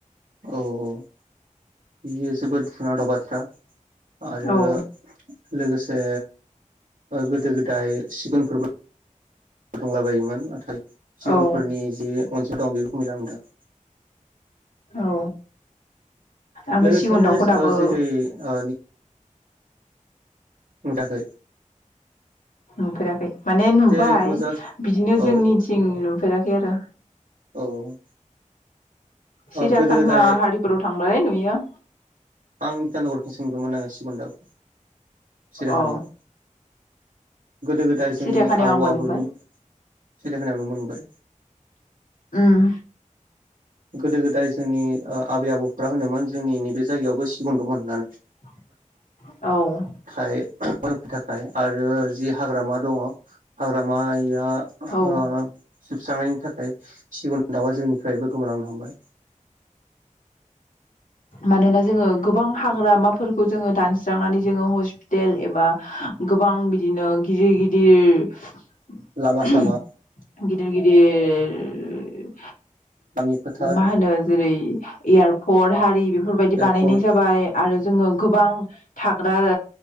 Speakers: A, on the right; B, on the left.
A: औ- औ बियो जोबोद दुखुनांथाव बाथ्रा। आरो
B: औ
A: लोगोसे गोदो -गोदाय सिगुनफोरबो फुदुंला बायोमोन नाथाय सिगुनफोरनि
B: औ
A: जे अनसुं दं बेफोरखौ <unintelligible>
B: औ आंथ'
A: लोगोसेनो
B: सिगुन दाउखौ दाबो
A: ओ जेरै ओ थाखै
B: नुफेराखै माने नुबाय
A: बेखौ जास्ट
B: बिदिनो
A: औ
B: जोंनिथिं
A: औ
B: नुफेराखै आरो
A: ओ
B: सिरियाकाना
A: गोदो गोदाय
B: हारिफोराव थांबालाय नुयो।
A: आं <unintelligible> खौनो सोंदोंमोन आं सिगुन दाव सिरियाकानायाव
B: औ
A: गोदो गोदाय जोंनि
B: सिरियाखानायाव
A: आबौ
B: आंबो
A: आबैमोननि
B: नुबाय
A: सिरियाकानायाव नुनो मोनबाय।
B: ओम।
A: गोदो गोदाय जोंनि ओ आबै आबौफोरा होनोमोन जोंनि नैबे जायगायावबो सिगुन दंमोन होननानै।
B: औ।
A: थ थाखाय आरो जि हाग्रामा दङ हाग्रामाया आ
B: औ
A: ओ जोबस्रांनायनि थाखाय सिगुन दाउआ जोंनिफ्रायबो गोमालांनो हमबाय।
B: मानोना जोङो गोबां हाग्रामाफोर खौ जोङो दानस्रांनानै जोङो हस्पिटेल एबा गोबां बिदिनो गिदिर गिदिर
A: लामा सामा
B: गिदिर गिदिर
A: गामि फोथार
B: मा होनो जेरै एयारपर्ट हारि बेफोरबायदि
A: एयारपर्ट
B: बानायनाय जाबाय आरो जोङो गोबां थाग्रा